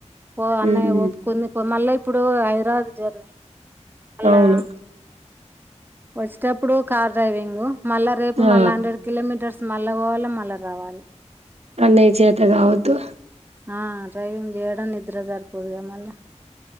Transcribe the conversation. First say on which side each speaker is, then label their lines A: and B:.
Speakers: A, on the right; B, on the right.
A: పో అన్నయ
B: ఉమ్
A: <unintelligible> ఒప్పుకుంది మళ్ల ఇప్పుడు హైదరాబాద్ జర్నీ <inaudible> అలా
B: అవును
A: వచ్చేటప్పు ఇప్పుడు కార్ డ్రైవింగ్ మళ్ళా రేపు
B: ఆ
A: మళ్ళా హండ్రెడ్ కిలోమీటర్స్ మళ్ళ పోవాలే మళ్ళా రావాలి
B: అన్నయ చేతగావద్దు
A: ఆ డ్రైవింగ్ చేయడం నిద్ర సరిపోదుగా మళ్ళా